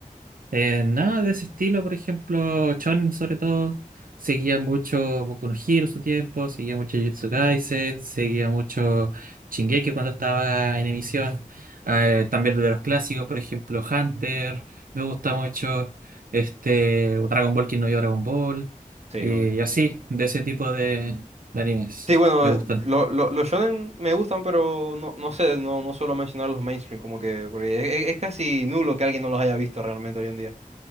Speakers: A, on the right; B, on the right.
A: Eh, nada de ese estilo, por ejemplo, Chon sobre todo, seguía mucho Boku no Hero en su tiempo, seguía mucho Jujutsu Kaisen, seguía mucho Shingeki cuando estaba en emisión, eh, también de los clásicos, por ejemplo, Hunter, me gusta mucho, este, Dragon Ball, quien no vio Dragon Ball,
B: Sí,
A: eh,
B: obvio.
A: y así, de ese tipo de, de animes,
B: Sí, bueno,
A: me gustan.
B: lo- lo- los shonen me gustan, pero no, no sé, no, no suelo mencionar los mainstream, como que, porque es, es- es casi nulo que alguien no los haya visto realmente hoy en día.